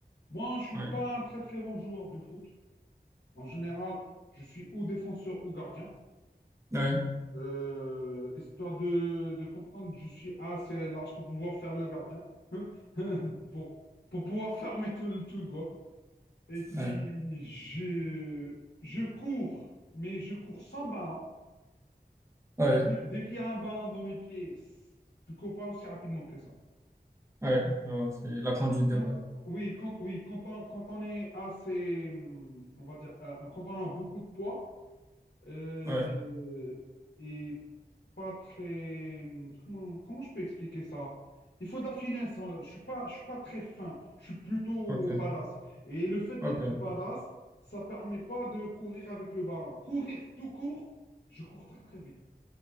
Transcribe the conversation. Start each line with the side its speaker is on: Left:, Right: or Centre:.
Left: Moi, je suis
Right: Ouais,
Left: pas un très très bon joueur de foot. En général, je suis ou défenseur ou gardien.
Right: ouais,
Left: Euh, histoire de, de comprendre, je suis assez large pour pouvoir faire le gardien, <laughs> pour, pour pouvoir fermer tout le, tout le goal. Et puis,
Right: ouais,
Left: je, je cours, mais je cours sans ballon.
Right: ouais,
Left: Dès dès qu'il y a un ballon dans mes pieds, je cours pas aussi rapidement que ça.
Right: ouais, je vois, c'est la conduite de
Left: Quand-
Right: balle.
Left: oui, quand, oui, quand on, quand on est assez, hum, on va dire, euh, quand on a beaucoup de poids euh,
Right: Ouais,
Left: et pas très, hum, comment, comment je peux expliquer ça? Il faut de la finesse. hein. Je suis pas, je suis pas très fin. Je suis plutôt
Right: ok,
Left: badass. Et le fait
Right: ok,
Left: d'être badass, ça permet pas de courir avec le ballon. Courir tout court, je cours très très vite.